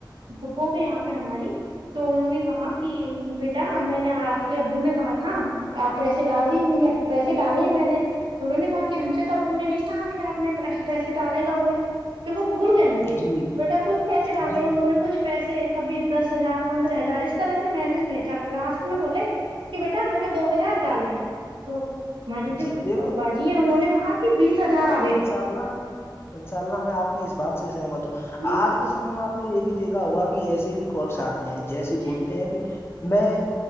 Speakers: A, on the right; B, on the left.
A: بپھوگ یہاں پہ ہماری تو انہوں نے کہا کہ بیٹا میں نے آپ کے ابو نے کہا تھا آپ پیسے ڈال دیجیے میں پیسے پیے ڈالے میں نے تو انہوں نے کہا کہ ہم سے تو ابو نے نہیں کہا کہ آپ نے پیسے ڈالے گا کوئی کہ وہ بھول گئے ہوں گے
B: جی
A: بیٹا کچھ پیسے ڈالنے
B: جی
A: انہوں نے کچھ پیسے کبھی دس ہزار پندرہ ہزار اس طرح سے میس بھیجا لاسٹ میں بولے کہ بیٹا میں نے دو ہزار ڈالے تو ہماری جو
B: جی دیکھو
A: باجی ہے انہوں نے کہا کہ بیس ہزار آ گئے
B: ان شاء اللہ ان شاء اللہ میں آپ کی اس بات سے سہمت ہوں
A: ہاں
B: آج کے سمے میں آپ نے یہ بھی دیکھ ہوا کہ ایسے بھی کالس آتے ہیں جیسے
A: جی
B: بولتے ہیں کہ میں